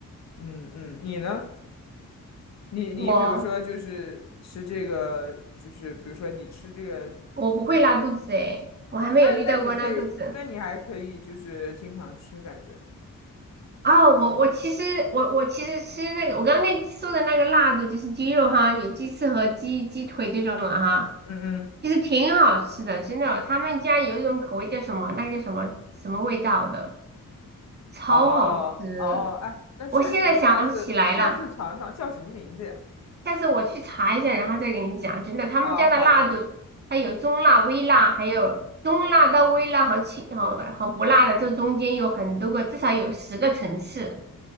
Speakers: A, on the left (about 50°); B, on the right (about 30°).
A: 嗯嗯，你呢？你你比如说就是吃这个，
B: 我
A: 就是比如说你吃这个
B: 我不会拉肚子诶，
A: 啊、
B: 我还没有遇到过拉肚子。
A: 那那你可以，那你还可以就是经常吃，感觉，
B: 哦，我我其实我我其实吃那个，我刚刚跟你说的那个辣的，就是鸡肉哈，有鸡翅和鸡鸡腿这种的哈，
A: 嗯嗯，
B: 其实挺好吃的，真的。他们家有一种口味叫什么，那个叫什么什么味道的，超好吃。
A: 哦哦，哎，那确实，
B: 我现在想不起来了，
A: 下次下次尝尝叫什么名字呀？
B: 下次我去查一下，然后再给你讲。真的，他们家的辣度，
A: 啊、好的，
B: 它有中辣、微辣，还有中辣到微辣和轻和和不辣的，这中间有很多个，至少有十个层次。